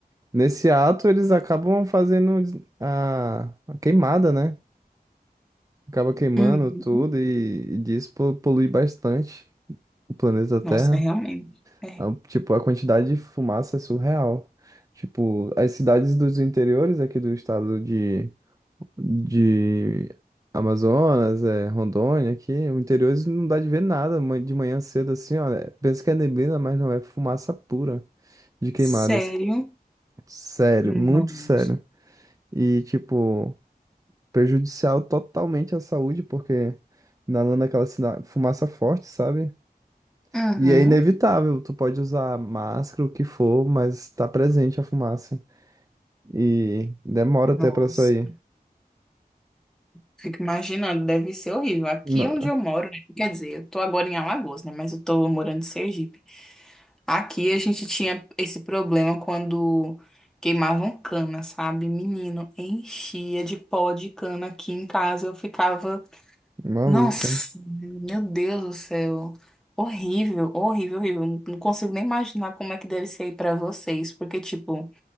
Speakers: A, on the right; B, in the centre.
A: Nesse ato, eles acabam fazendo a, a queimada, né? Acaba queimando
B: Uhum.
A: tudo e, e disso po- polui bastante o planeta Terra.
B: Nossa, realmente. É.
A: A- Tipo, a quantidade de fumaça é surreal. Tipo, as cidades dos interiores aqui do estado de de Amazonas, é, Rondônia, aqui, o interior eles não dá de ver nada ma- de manhã cedo assim, olha. Pensa que é neblina, mas não é fumaça pura de queimadas.
B: Sério?
A: Sério,
B: Nossa.
A: muito sério. E, tipo, prejudicial totalmente à saúde, porque inalando aquela sina- fumaça forte, sabe?
B: Uhum.
A: E é inevitável, tu pode usar máscara, o que for, mas tá presente a fumaça. E demora até
B: Nossa.
A: pra sair.
B: Fico imaginando, deve ser horrível. Aqui
A: Não,
B: é onde eu moro, né? Quer dizer, eu tô agora em Alagoas, né? Mas eu tô morando em Sergipe. Aqui a gente tinha esse problema quando queimavam cana, sabe? Menino, enchia de pó de cana aqui em casa. Eu ficava,
A: maluco.
B: nossa, meu Deus do céu. Horrível, horrível, horrível. Não consigo nem imaginar como é que deve ser aí pra vocês, porque, tipo,